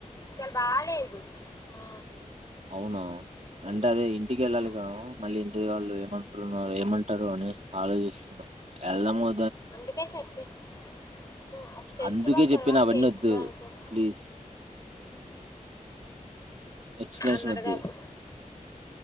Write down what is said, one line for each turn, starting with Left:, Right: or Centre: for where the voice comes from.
Left: సల్ బాలేదు ఆ
Right: అవునా అంటే అదే ఇంటికి వెళ్ళాలిగా
Left: అవును.
Right: మళ్ళీ ఇంటిది వాళ్ళు ఏమ అన్నారు ఏమంటారు అని ఆలోచిస్తున్నా వెళ్దామ వ
Left: అందుకే చెప్పిను ఫెస్టివల్
Right: అందుకే చెప్పిన
Left: తర్వాత
Right: అవన్నీ
Left: చేయించుకో
Right: వద్దు
Left: అని చెప్పి
Right: ప్లీజ్ ఎక్స్ప్లెనేషన్
Left: అన్నడగాకు
Right: వద్దు